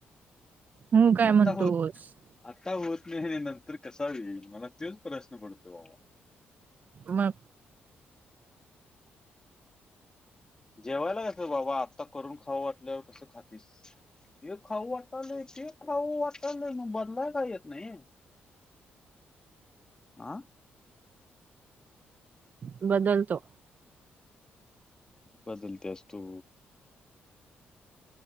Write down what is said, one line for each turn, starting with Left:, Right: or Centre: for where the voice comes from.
Right: हं काय
Left: आता
Right: म्हणतोस.
Left: होत आता होत नाही नंतर कसा येईल मला तोच प्रश्न पडतो बाबा
Right: मग
Left: जेवायला कसं बाबा आत्ता करून खावं वाटल्यावर कसं खातीस. हे खाऊ वाटालंय ते खाऊ वाटालंय मग बनवायला येत न्हाई. आा.
Right: बदलतो.
Left: बदलत्यास तू